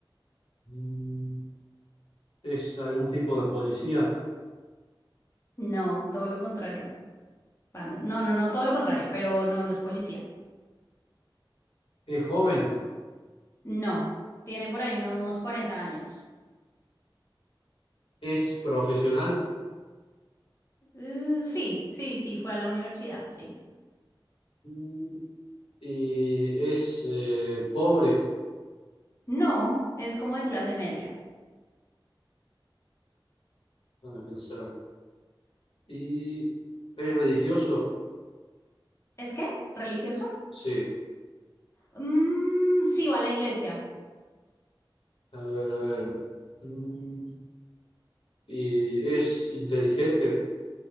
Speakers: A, on the left (about 90°); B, on the left (about 35°).
A: Mm, es algún tipo de policía.
B: No, todo lo contrario. Va, No, no, no, no, todo lo contrario, pero no, no es policía.
A: Es joven.
B: No, tiene por ahí unos 40 años.
A: Es profesional.
B: Eh, sí, sí, sí, fue a la universidad, sí.
A: Mm, y es eh, pobre.
B: No, es como de clase media.
A: Déjame pensar. Y es religioso,
B: ¿Es qué? ¿Religioso?
A: sí.
B: Mm, sí, va a la iglesia.
A: A ver, a ver. Mm, Y es inteligente.